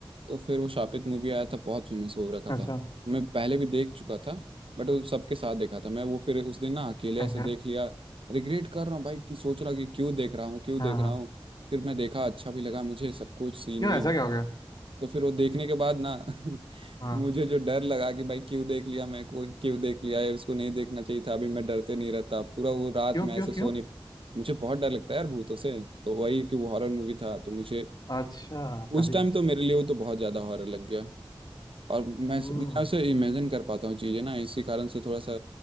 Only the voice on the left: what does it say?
अच्छा
अच्छा
हाँ
हाँ
क्यों
ऐसा क्या हो गया
हाँ।
क्यों
क्यों
क्यों
अच्छा तभी
हम्म